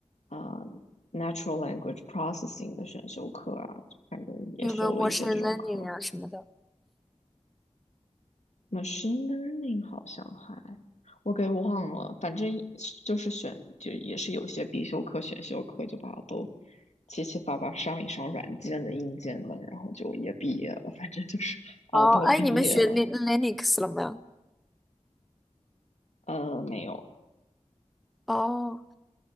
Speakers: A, on the left; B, in the centre.
A: 呃 natural language processing 的选修课啊，反正也修了一些这种课。
B: 有没有 m a c h i n learning 啊什么的？
A: machine learning 好像还我给忘了，反正就是选就也是有些必修课、选修课就把它都七七八八上一上软件的、硬件的，然后就也毕业了，反正就是熬到毕业了。
B: 哦，哎，你们学 Lin- u x 了没有？
A: 呃，没有，
B: 哦，